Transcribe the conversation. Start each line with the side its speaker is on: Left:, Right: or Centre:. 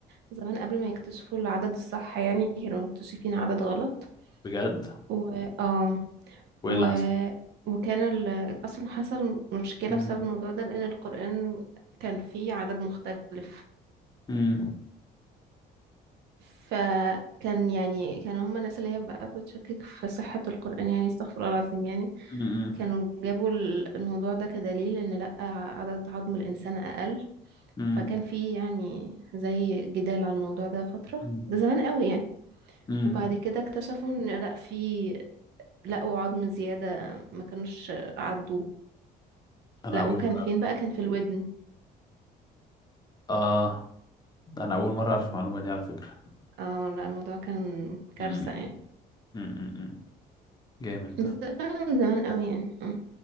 Right: زمان قبل ما يكتشفوا العدد الصح يعني كانوا مكتشفين عدد غلط
Left: بجد
Right: و اه
Left: وايه
Right: و...
Left: اللي حصل
Right: وكان ال... أصلا حصل مشكلة
Left: مم.
Right: بسبب الموضوع ده لأن القرآن كان فيه عدد مختلف
Left: مم.
Right: فكان يعني كانوا هما الناس اللي هي بقى بتشكك في صحة القرآن يعني استغفر الله العظيم يعني
Left: مم.
Right: كانوا جابوا ال- الموضوع ده كدليل ان لأ عدد عظم الإنسان أقل
Left: مم.
Right: فكان في يعني زي جدال على الموضوع ده فترة
Left: مم.
Right: ده زمان قوي يعني
Left: مم.
Right: وبعد كده اكتشفوا ان لأ في لقوا عظم زيادة ما كانوش عدوه
Left: انا
Right: لأ
Left: اول
Right: وكان
Left: مرة
Right: فين
Left: أعرف.
Right: بقى كان في الودن
Left: اه انا اول مرة اعرف المعلومة دي على فكرة
Right: اه لأ الموضوع كان كارثة
Left: مم.
Right: يعني
Left: مم. مم. جامد
Right: بس
Left: ده
Right: زمان زمان قوي يعني آه.